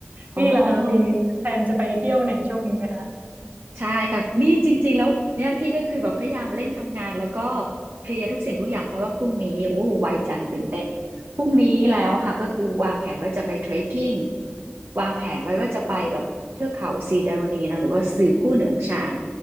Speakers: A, on the right; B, on the right.
A: อ๋อ
B: พี่ล่ะคะมีแพลนจะไปเที่ยวไหนช่วงนี้ไหมคะ
A: ใช่ค่ะนี่จริงๆแล้วเนี่ยพี่ก็คือแบบพยายามเร่งทำงานแล้วก็เคลียร์ทุกสิ่งทุกอย่างเพราะว่าพรุ่งนี้โอ้ไวจังตื่นเต้นพรุ่งนี้แล้วค่ะก็คือวางแผนว่าจะไปเทรคกิ้งวางแผนไว้ว่าจะไปแบบเทือกเขาซีดารณีเนอะหรือว่าสื่อกู้เหนืองชาน